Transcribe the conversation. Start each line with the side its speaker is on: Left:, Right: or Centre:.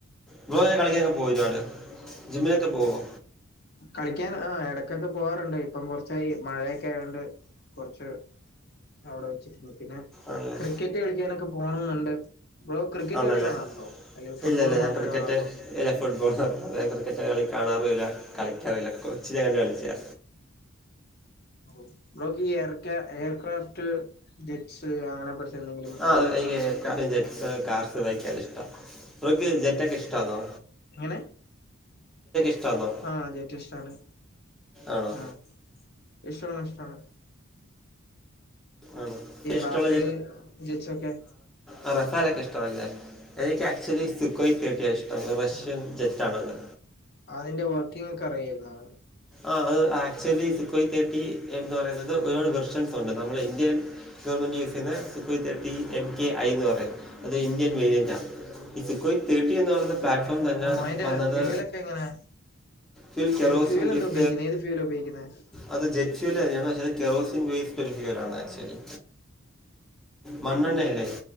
Centre: ബ്രോ എങ്ങനെ കളിക്കൊക്കെ പോവൊരുപാട് ജിമ്മിനൊക്കെ പോവോ?
Left: കളിക്കാൻ ആ ഇടക്കൊക്കെ പോവാറ്ണ്ട് ഇപ്പം കൊറച്ചായി മഴയെക്കായോണ്ട് കൊറച്ച് അവിടെ വെച്ചിട്ടുണ്ട് പിന്നെ
Centre: ആണല്ലേ
Left: ക്രിക്കറ്റ് കളിക്കാനൊക്കെ പോണെന്ന്ണ്ട് ബ്രോ ക്രിക്കറ്റ്
Centre: ആണല്ലേ
Left: കളി കാണാറുണ്ടോ അല്ലെ ഫുട്ബോൾ
Centre: ഇല്ല ഇല്ല
Left: മാത്രമേ
Centre: ഞാൻ ക്രിക്കറ്റ്
Left: കാണാറുള്ളൂ
Centre: ഇല്ല ഫുട്ബോളാ ക്രിക്കറ്റ് കളി കാണാറുല്ല, കളിക്കാറുല്ല കൊച്ച്ലങ്ങാണ്ട് കളിച്ചാ
Left: ഓ ബ്രോക്കീ എയർക്യ എയർക്രാഫ്റ്റ് ജെറ്റ്സ് അങ്ങനെ എന്തെങ്കിലും
Centre: ആ
Left: അറിവൊക്കെ ഉണ്ടോ
Centre: എനിക്ക് അതെ ജെറ്റ്സ് കാർഡ്സ് വൈക്കല്ലാം ഇഷ്ടാ ബ്രോക്ക് ജെറ്റൊക്കെ ഇഷ്ട്ടാന്നോ?
Left: എങ്ങനെ
Centre: ഇഷ്ടമാണോ
Left: ആഹ് ജേറ്റഷ്ടാണ്
Centre: ആണോ
Left: ആഹ് ഈശ്വര നഷ്ടാണ്
Centre: ആണോ ഇഷ്ടമുള്ള
Left: രാഫേൽ ജച്ചൊക്കെ
Centre: ആഹ് റഫാലൊക്കെ ഇഷ്ടാണല്ലേ എനിക്ക് ആക്ച്വലി സിക്കോയ് തേട്ടിയാണ് ഇഷ്ടം റഷ്യൻ
Left: ആ
Centre: ജെറ്റാണത്
Left: അതിന്റെ വർക്കിങ് ഒക്കെ അിയായിരുന്നോ
Centre: ആ അത് ആക്ച്വലി സിക്കോയ് തേട്ടി എന്ന് പറയുന്നത് ഒരുപാട് വെർഷൻസ് ഉണ്ട് നമ്മള് ഇന്ത്യൻ ഗവൺമെന്റ് യൂസ് ചെയ്യുന്ന Sukhoi thirty M K I എന്ന് പറയും അത് ഇന്ത്യൻ വേരിയന്റാണ് സിക്കോയ് തേർട്ടി എന്ന് പറഞ്ഞ പ്ലാറ്റ്ഫോം തന്നെ
Left: ഓ അതിന്റെ
Centre: വന്നത്
Left: ഫ്യൂവലൊക്കെ എങ്ങനെ
Centre: ഫിൽ കെറോസിൻ
Left: ഫ്യൂവൽ
Centre: ബേസ്
Left: എന്താ ഏത് ഫീൽ ഉപോഗിക്കുന്നത്
Centre: അത് ജെറ്റ് വെൽ തന്നെയാണ് പക്ഷെ അത് കെറോസിൻ വേസ്ഡ് ഒരു ഫലവർ ആണ് ആക്ച്വലി മണ്ണെണ്ണല്ലെ